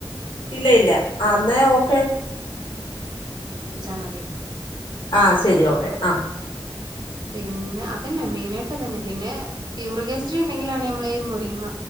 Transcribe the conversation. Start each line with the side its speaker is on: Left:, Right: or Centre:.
Left: ഇല്ല ഇല്ല അന്നേ ഓക്കെ
Right: ശ്രദ്ധിച്ചാ മതി
Left: ആ ശരി ഓക്കെ ആഹ്
Right: പിന്നെ അതന്നെ മെയിനായിട്ട് അതന്നെ, പിന്നെ യൂറിഗാസിഡി ഉണ്ടെങ്കിലാണ് നമ്മള ഈ മുരിങ്ങ